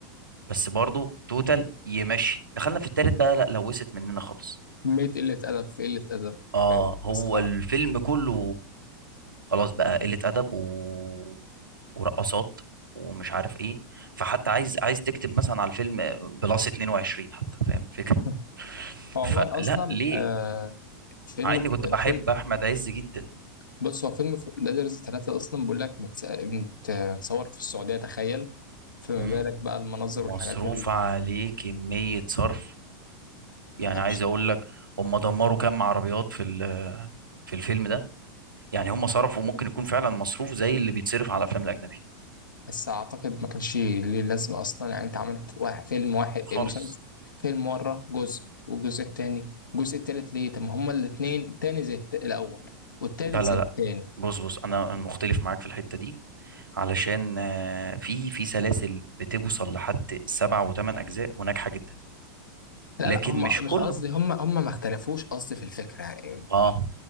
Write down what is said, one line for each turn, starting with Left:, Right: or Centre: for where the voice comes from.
Right: بس برضو توتال يمشي دخلنا في التالت بقى لا لوست مننا خالص
Left: كمية قلة أدب في قلة أدب
Right: اه
Left: في
Right: هو
Left: مسخرة
Right: الفيلم كله خلاص بقى قلة أدب و... ورقصات ومش عارف ايه فحتى عايز عايز تكتب مثلا على الفيلم بلس 22 حتى فاهم الفكرة
Left: <laughs> هو عموما
Right: فلا
Left: أصلا
Right: ليه
Left: آه فيلم
Right: مع اني كنت بحب
Left: فيلم
Right: احمد عز جدا
Left: بص هو فيلم لادرز ثلاثة أصلا بقول لك متس- متصور في السعودية تخيل فما
Right: مم.
Left: بالك بقى المناظر
Right: ومصروف
Left: والحاجات اللي
Right: عليه كمية صرف يعني
Left: يعني
Right: عايز
Left: مش-
Right: اقول لك هم دمروا كام عربيات في ال- في الفيلم ده يعني هم صرفوا ممكن يكون فعلا مصروف زي اللي بيتصرف على الافلام الاجنبي
Left: بس أعتقد ما كانش ليه لازمة أصلا يعني أنت عملت واحد فيلم واحد
Right: خالص
Left: إيه، مسلسل فيلم مرة جزء والجزء التاني الجزء التالت ليه طب ما هما الاتنين التاني زي الت- الأول والتالت
Right: لا
Left: زي
Right: لا
Left: التاني
Right: لا بص بص انا مختلف معاك في الحته دي علشان آه، في في سلاسل بتوصل لحد سبع وثمان اجزاء وناجحه جدا
Left: لا
Right: لكن
Left: لا هم
Right: مش
Left: مش
Right: كله
Left: قصدي هم هم ما اختلفوش قصدي في الفكرة يعني
Right: اه